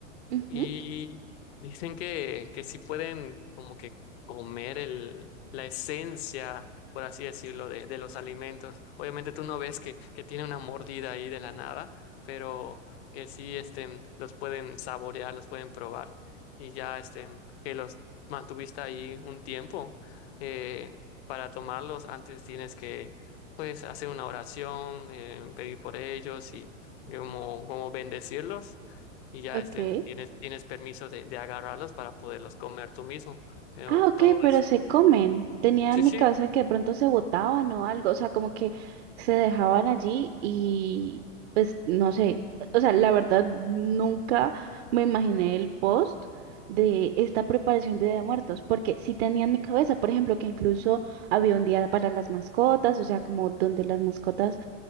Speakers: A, on the right; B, on the left.
A: ujú.
B: Y dicen que, que sí pueden como que comer el, la esencia, por así decirlo, de, de los alimentos. Obviamente tú no ves que, que tiene una mordida ahí de la nada, pero que sí este, los pueden saborear, los pueden probar. Y ya este, que los mantuviste ahí un tiempo, eh, para tomarlos antes tienes que pues hacer una oración, eh, pedir por ellos y como, como bendecirlos y ya
A: Ok.
B: estén, tienes, tienes permiso de, de agarrarlos para poderlos comer tú mismo. Pero
A: Ah, ok,
B: todo
A: pero
B: es.
A: se comen. Tenía
B: Sí,
A: en mi
B: sí.
A: cabeza que de pronto se botaban o algo, o sea, como que se dejaban allí y pues no sé, o sea, la verdad nunca me imaginé el post de esta preparación de Día de Muertos, porque sí tenía en mi cabeza, por ejemplo, que incluso había un día para las mascotas, o sea, como donde las mascotas,